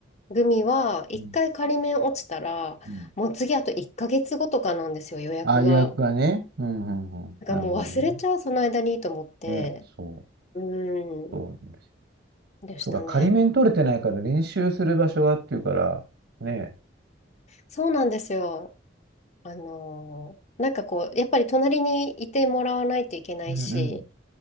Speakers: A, on the left (about 40°); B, on the right (about 80°).
A: 組は、一回仮免落ちたら、
B: うんうん
A: もう次あと1ヶ月後とかなんですよ、予約が。
B: あ、予約がね。うんうんうん。
A: だからもう忘れちゃう、
B: なるほどね。
A: その間にと思って、
B: ね、そう。
A: うーん、
B: そうなんですよ。
A: でしたね。
B: そうか、仮免取れてないから練習する場所がっていうから、ね。
A: そうなんですよ。あのー、なんかこう、やっぱり隣にいてもらわないといけないし、
B: うんうん。